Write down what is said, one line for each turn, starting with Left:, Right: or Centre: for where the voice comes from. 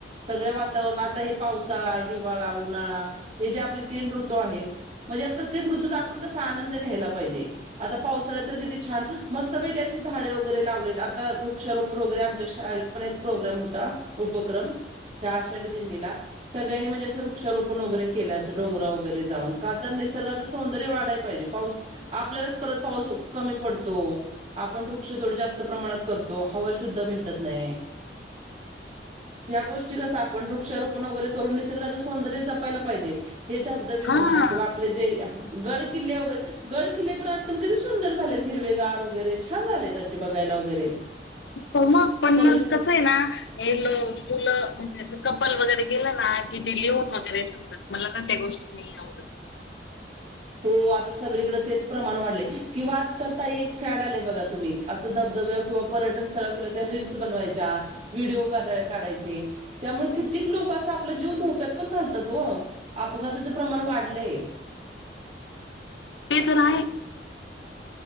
Right: सगळया वातावरणात हे पावसाळा, हिवाळा, उन्हाळा हे जे आपले तीन ऋतू आहेत. म्हणजे प्रत्येक ऋतूचा आपण कसा आनंद घ्यायला पाहिजे आता पावसाळात तर किती छान. मस्तपेगी अशी झाडे वगैरे लावलेत आता वृक्षारोप वगैरे आमच्या शाळेत पण एक प्रोग्राम होता. उपक्रम ह्या आषाढी दिंडीला. सगळ्यांनी म्हणजे असे वृक्षारोपण वगैर केलं असं डोंगरा वगैरे जाऊन का तर नवाढयचं सौंदर्य वाढायचं. पाहिजे पाऊस आपल्यालाच परत पाऊस कमी पडतो. आपण वृक्ष थोड जास्त प्रमाणात करतो हवा शुद्ध भेटत नाही. ह्या गोष्टी कस वृक्षारोपण वगैरे निसर्गाचं सौंदर्य जपायला पाहिजे. हे धबधबे
Left: हा
Right: म्हणा किंवा जे गड किल्ले वगैरे गड किल्ले पण आजकाल किती सुंदर झालेत हिरवे गार. वगैरे छान झालेत बघायला वगैरे.
Left: हो मग पण
Right: सगळी
Left: मग कसं आहे ना <unintelligible> मुलं म्हणजे असं कपल वगैरे गेलं ना की ते लिहून वगैरे ठेव तात मला का त्या गोष्टी नाही आवडत.
Right: हो आता सगळीकडे तेच प्रमाण वाढलंय किंवा आजकाल ताई एक फॅड आलाय बघा तुम्ही. असं धबधब्यावर किंवा पर्यटन स्थळावर गेलं त्या रील्स बनवायच्या, व्हिडिओ करा-काढायचे त्यामुळं कित्येक लोकं असं आपला जीव धोक्यात पण घालतात ओ अपघाताचं प्रमाण वाढलंय.
Left: ते तर आहे.